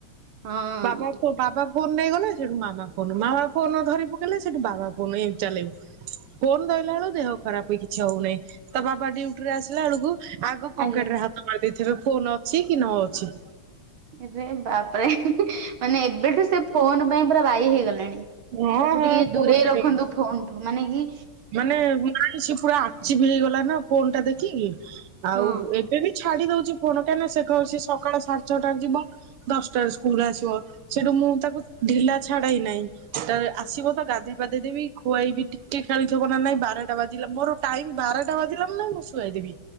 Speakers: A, on the right; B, on the right.
A: ହଁ
B: ବାବା ତ ବାବା ଫୋନ ନେଇ ଗଲେ ସେଠୁ ମାମା ଫୋନ ମାମା ଫୋନ ଧରି ପକେଇଲେ ସେଠୁ ବାବା ଫୋନ୍ ଏନ୍ତି ଚଲେଇବ। ଫୋନ ଧଇଲା ବେଳକୁ ଦେହ ଖରାପ କିଛି ହଉନାହିଁ ତା ବାବା ଡ୍ୟୁଟିରେ ଆସିଲା ବେଳକୁ ଆଗ ପକେଟରେ
A: ଆଜ୍ଞା।
B: ହାତ ମାରି ଦେଇ ଥିବେ ଫୋନ ଅଛି କି ନଅଛି।
A: ଇରେ ବାପରେ ହିଁ ହିଁ ମାନେ ଏବେଠୁ ସେ ଫୋନ ପାଇଁ ପୁରା ବାଇ ହେଇଗଲାଣି।
B: ହଁ
A: ତାକୁ
B: ହଁ
A: ଟିକେ
B: କୁହନି।
A: ଦୂରେଇ ରଖନ୍ତୁ ଫୋନ ଟୁ ମାନେ କି
B: ମାନେ ନାଇଁ ସେ ପୁରା ଆଚିିବି ହେଇଗଲା ନା ଫୋନ ଟା ଦେଖିକି। ଆଉ
A: ହଁ
B: ଏବେ ବି ଛୁ ଛାଡି ଦଉଛି ଫୋନ, କାହିଁକିନା ସେ କହୁଛି ସକାଳେ ସାଢ଼େ ଛଟାରେ ଯିବ, ଦଶଟାରେ ସ୍କୁଲ ଆସିବ ସେଠୁ ମୁଁ ମୁଁ ତାକୁ ଢିଲା ଛାଡେଇ ନାହିଁ ତ ଆସିବ ତ ଗାଧୋଇ ପାଧେଇ ଦେବି ଖୁଆଇବି ଟିକେ ଖେଳିଥିବ ନା ନାଇଁ ବାରଟା ବାଜିଲା ମୋର ଟାଇମ ବାରଟା ବାଜିଲା ମାନେ ମୁଁ ଶୁଆଇ ଦେବି।